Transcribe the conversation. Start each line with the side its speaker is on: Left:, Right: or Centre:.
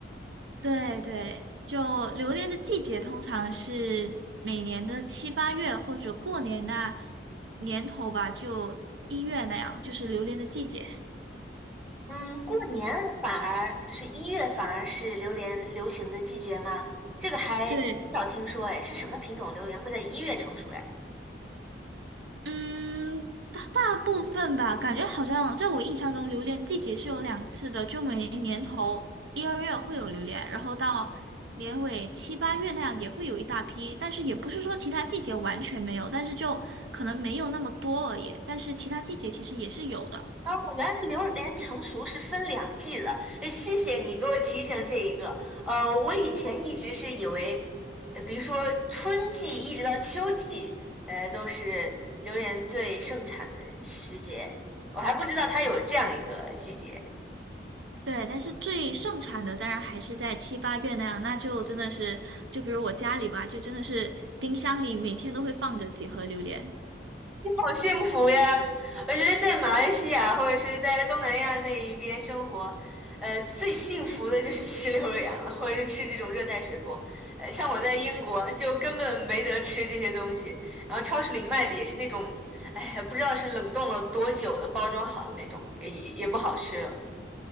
Right: 对对，就榴莲的季节通常是每年的七八月或者过年那年头吧，就一月那样，就是榴莲的季节。
Centre: 嗯，过年反而就是一月，反而是榴莲流行的季节吗？这个还很少听说，
Right: 对，
Centre: 哎，是什么品种榴莲会在一月成熟呀？
Right: 嗯，大部分吧，感觉好像在我印象中，榴莲季节是有两次的，就每年年头一二月会有榴莲，然后到年尾七八月那样也会有一大批，但是也不是说其他季节完全没有，但是就可能没有那么多而已，但是其他季节其实也是有的。
Centre: 哦，原来榴莲成熟是分两季了，哎谢谢你给我提醒这一个。呃，我以前一直是以为，呃，比如说春季一直到秋季，呃，都是榴莲最盛产的时节，我还不知道它有这样一个季节。
Right: 对，但是最盛产的当然还是在七八月那样，那就真的是，就比如我家里吧，就真的是冰箱里每天都会放着几盒榴莲。
Centre: 好幸福呀！我觉得在马来西亚或者是在东南亚那一边生活，呃，最幸福的就是吃榴莲了，或者是吃这种热带水果。呃，像我在英国就根本没得吃这些东西，然后超市里卖的也是那种，哎，不知道是冷冻了多久的，包装好的那种，也也不好吃了。